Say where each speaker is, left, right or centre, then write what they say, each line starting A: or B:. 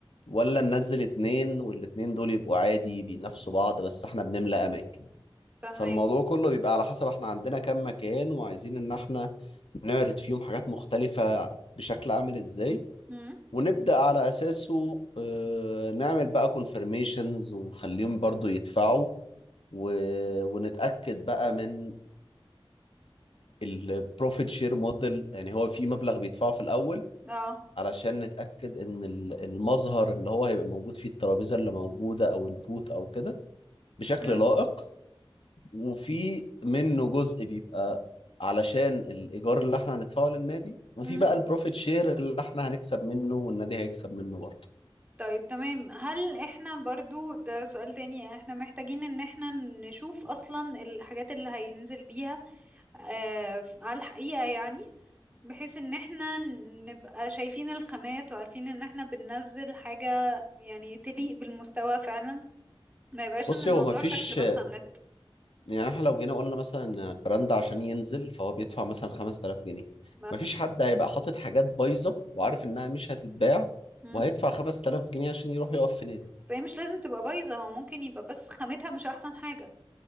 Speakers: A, on the left; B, on the right.
A: ولا ننزل اتنين والاتنين دول يبقوا عادي بينافسوا بعض بس احنا بنملى اماكن
B: فاهمك
A: فالموضوع كله بيبقى على حسب احنا عندنا كام مكان وعايزين ان احنا نعرض فيهم حاجات مختلفة بشكل عامل ازاي
B: امم
A: ونبدأ على اساسه اه نعمل بقى كونفirmations ونخليهم برضو يدفعوا و... ونتأكد بقى من البروفيت شير موديل يعني هو في مبلغ بيدفعه في الاول
B: اه
A: علشان نتأكد إن ال- المظهر اللي هو هيبقى موجود فيه الترابيزة اللي موجودة أو البوث أو كده بشكل
B: امم
A: لائق وفي منه جزء بيبقى علشان الإيجار اللي إحنا هندفعه للنادي وفي
B: امم
A: بقى البروفيت شير اللي إحنا هنكسب منه والنادي هيكسب منه برضه
B: طيب تمام هل احنا برضو ده سؤال تاني يعني احنا محتاجين ان احنا نشوف اصلا الحاجات اللي هينزل بيها آه على الحقيقة يعني بحيث ان احنا نبقى شايفين الخامات وعارفين ان احنا بننزل حاجة يعني تليق بالمستوى فعلا ما يبقاش
A: بصي
B: ان الموضوع
A: هو مفيش
B: شكل بس على النت
A: يعني إحنا لو جينا قلنا مثلا إن البراند عشان ينزل فهو بيدفع مثلا 5000 جنيه
B: مثلا
A: مفيش حد هيبقى حاطط حاجات بايظة وعارف إنها مش هتتباع
B: امم
A: وهيدفع 5000 جنيه عشان يروح يقف في نادي
B: بس هي مش لازم تبقى بايظة هو ممكن يبقى بس خامتها مش احسن حاجة